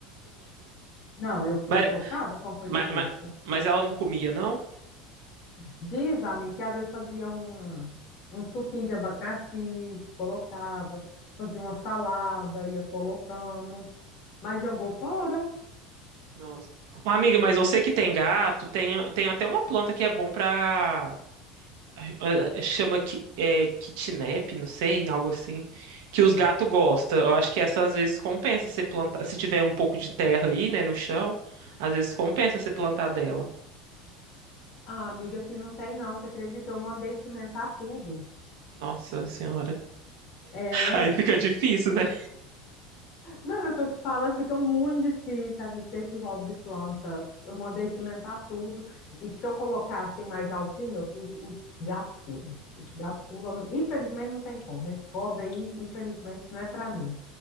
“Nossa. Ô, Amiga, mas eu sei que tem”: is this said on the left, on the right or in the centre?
Right